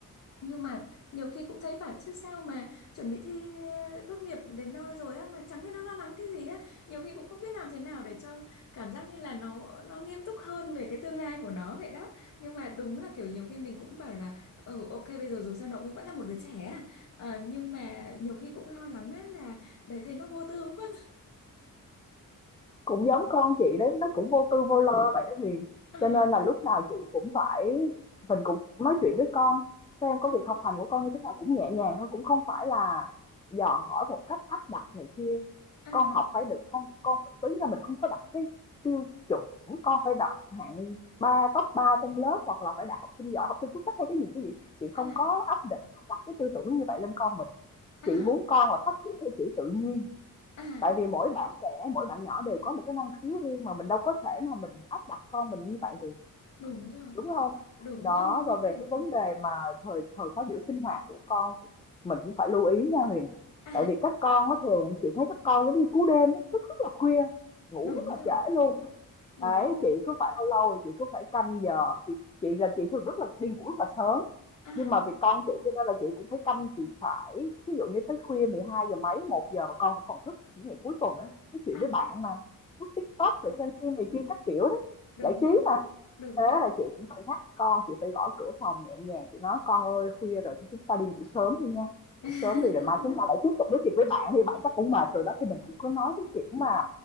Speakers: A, on the left; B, on the left.
A: nhưng mà nhiều khi cũng thấy bảo chứ sao mà chuẩn bị thi ờ, tốt nghiệp đến nơi rồi á mà chẳng thấy nó lo lắng cái gì á nhiều khi cũng không biết làm thế nào để cho cảm giác như là nó nó nghiêm túc hơn về cái tương lai của nó vậy đó nhưng mà đúng là kiểu nhiều khi mình cũng bảo là ừ ok bây giờ dù sao nó cũng vẫn là một đứa trẻ à Ờ, nhưng mà nhiều khi cũng lo lắng á là đấy thấy nó vô tư quá
B: Cũng
A: <laughs>
B: giống con chị đấy, nó cũng vô tư vô lo vậy đó Huyền.
A: à,
B: Cho nên là lúc nào chị cũng phải mình cũng nói chuyện với con xem có
A: à,
B: việc học hành của con như thế nào cũng nhẹ nhàng thôi, cũng không phải là dò hỏi một cách áp đặt này kia.
A: à,
B: Con học phải được con con có nghĩa là mình không có đặt cái tiêu chuẩn con phải đạt hạng ba top 3 trong lớp hoặc là phải đạt học sinh giỏi, học sinh xuất sắc hay cái gì cái gì. Chị không
A: à,
B: có áp đặt, đặt cái tư tưởng như vậy lên con mình.
A: à,
B: Chị muốn con là phát triển theo kiểu tự nhiên
A: à,
B: tại vì mỗi bạn trẻ mỗi bạn nhỏ đều có một cái năng khiếu riêng mà mình đâu có thể mà mình áp đặt con mình như vậy được
A: đúng rồi
B: đúng không
A: đúng
B: đó
A: rồi <laughs>
B: rồi về cái vấn đề mà thời thời khóa biểu sinh hoạt của con mình cũng phải lưu ý nha Huyền
A: à
B: tại vì các con nó thường chị thấy các con giống như cú đêm á, thức rất là khuya ngủ
A: đúng
B: rất là
A: rồi
B: trễ luôn
A: đúng
B: đấy
A: rồi
B: chị cứ phải lâu lâu rồi chị cứ phải canh giờ chị chị là chị thường rất là đi ngủ rất là sớm
A: à
B: nhưng mà vì con chị cho nên là chị cũng phải canh chị phải ví dụ như tới khuya 12 giờ mấy một giờ mà con cũng còn thức những ngày cuối tuần ấy nói chuyện
A: <laughs> à,
B: với bạn mà lướt TikTok
A: à,
B: rồi xem phim này kia các kiểu đó
A: đúng
B: giải trí
A: rồi
B: mà
A: đúng
B: Thế
A: rồi
B: là chị cũng phải nhắc con, chị phải gõ cửa phòng nhẹ nhàng, chị nói con ơi khuya rồi thôi chúng ta đi ngủ sớm đi nha,
A: <laughs>
B: ngủ sớm đi rồi mai chúng ta lại tiếp tục nói chuyện với bạn đi, bạn chắc cũng mệt rồi đó, thì mình cũng cứ nói cái kiểu mà